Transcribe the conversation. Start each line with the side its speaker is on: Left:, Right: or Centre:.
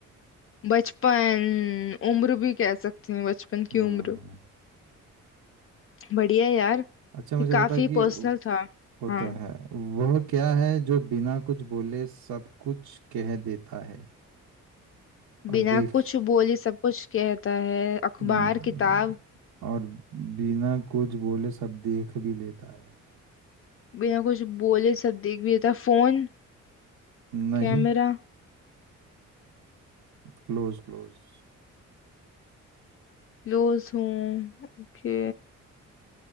Left: बचपन उम्र भी कह सकते हैं बचपन
Right: हम्म
Left: की उम्र बढ़िया यार
Right: अच्छा मुझे
Left: ये काफी
Right: बता कि
Left: पर्सनल था
Right: होता
Left: हाँ
Right: है वह क्या है जो बिना कुछ बोले सब कुछ कह देता है और
Left: बिना
Right: देख
Left: कुछ बोले सब कुछ कहता है अखबार
Right: हम्म,
Left: किताब
Right: और बिना कुछ बोले सब देख भी लेता है
Left: बिना कुछ बोले सब देख भी देता फोन
Right: नहीं
Left: कैमरा
Right: Close close
Left: क्लोज हूँ ओके